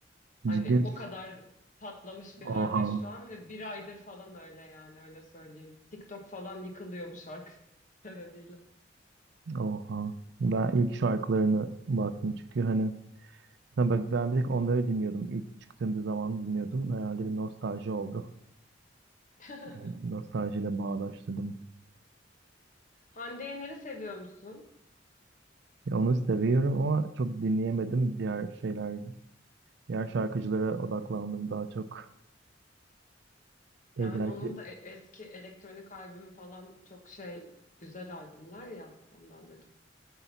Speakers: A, on the left (about 45°); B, on the right (about 65°).
A: Hani
B: Ciddi misin?
A: o kadar patlamış bir halde
B: Oha,
A: şu an ve bir aydır falan öyle yani öyle söyleyeyim. TikTok falan yıkılıyor bu şarkı <laughs> sebebiyle.
B: oha. Ben ilk şarkılarına baktım çünkü hani ben, ben ben bir tek onları dinliyordum. İlk çıktığında zaman dinliyordum. Herhalde bir nostalji oldu.
A: <laughs>
B: Yani nostaljiyle bağdaştırdım.
A: Hande Yener'i seviyor musun?
B: Ya Onu seviyorum ama çok dinleyemedim. Diğer şeyler, diğer şarkıcılara odaklandım daha çok. Özellikle
A: Yani onun da e- eski elektronik albümü falan çok şey güzel albümler ya ondan dedim.